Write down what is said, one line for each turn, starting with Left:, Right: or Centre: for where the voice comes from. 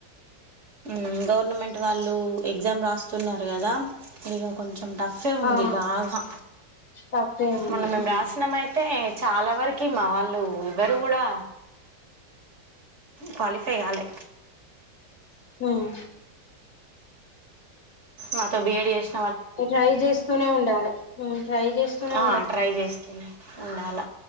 Right: ఉమ్ గవర్నమెంట్ వాళ్ళు ఎగ్జామ్ రాస్తున్నారు కదా ఇక కొంచెం టఫే ఉంది
Left: ఆ
Right: బాగా
Left: తప్పే ఉంది
Right: మొన్న మేము
Left: ఉమ్
Right: రాసినామైతే చాలా వరకు మా వాళ్ళు ఎవరు కూడా క్వాలిఫై కాలే
Left: ఆమ్
Right: మాతో బిఎడి చేసి
Left: ట్రై చేస్తూనే ఉండాలి ఉమ్ ట్రై చేస్తూనే
Right: ఆ ట్రై చేస్తున్నా ఉండాల